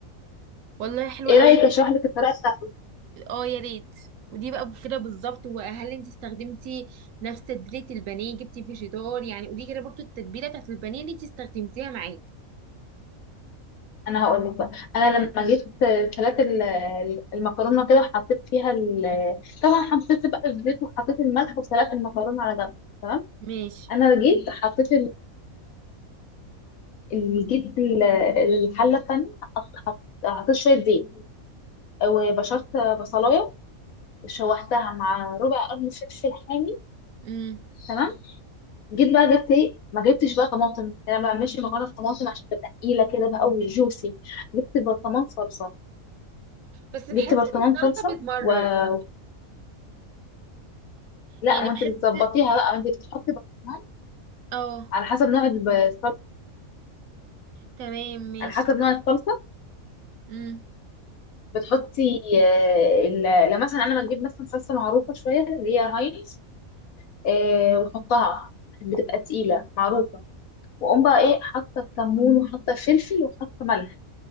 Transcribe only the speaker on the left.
ايه
رايك اشرح لك الطريقه بتاعته
انا هقول لك بقى انا لما جيت سلقت ال- المكرونه كده وحطيت فيها ال- طبعا حطيت بقى الزيت وحطيت الملح وسلقت المكرونه على جنب تمام
انا جيت حطيت ال- ال- جيت ال- الحله التانيه حطيت شويه زيت وبشرت بصلايه شوحتها مع ربع قرن فلفل حامي
تمام جيت بقى جبت ايه ما جبتش بقى طماطم انا ما بعملش مكرونه بطماطم عشان تبقى تقيله كده بقى وجوسي جبت برطمان صلصه
جبت برطمان
صلصه
ولا ما
انت بتظبطيها بقى ما انت بتحطي برطمان
على حسب نوع الب- الصلصه
على حسب نوع الصلصه
بتحطي آه، ال- لو مثلا انا ما اجيب مثلا صلصه معروفه شويه اللي هي هاينز آه، واحطها بتبقى تقيله معروفه واقوم بقى ايه حاطه كمون وحاطه فلفل وحاطه ملح